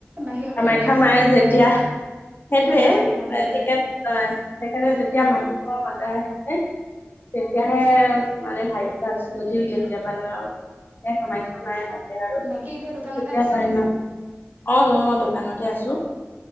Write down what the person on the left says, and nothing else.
কামাখ্যা
মাৰ
যেতিয়া
সেইটোৱে
টিকেট অহ সেইকাৰণে যেতিয়া মাটি প মাতা <unintelligible> তেতিয়াহে মানে ভাগ্য আছে যদি কেতিয়াবালে আৰু তেতিয়া কামাখ্যা মায়ে মাত <unintelligible>
অহ, মই দোকানতে আছো